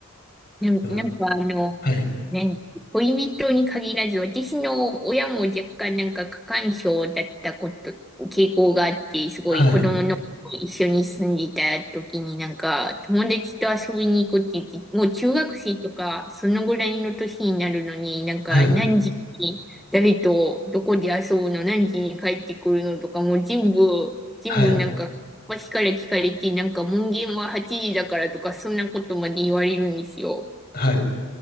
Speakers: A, in the centre; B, on the left.
A: な、なんかあの、
B: では、はい、
A: ね、恋人に限らず、私の親も若干なんか過干渉だったこと、傾向があって、すごい子供の頃一緒に住んでいた時になんか友達と遊びに行くって言って、
B: はい、
A: もう中学生とかそのぐらいの年になるのになんか何時に誰とどこで遊ぶの、
B: はい、
A: 何時に帰ってくるのとかもう全部、全部なんか私から聞かれて、
B: はい、
A: なんか門限は8時だからとかそんなことまで言われるんですよ。
B: はい。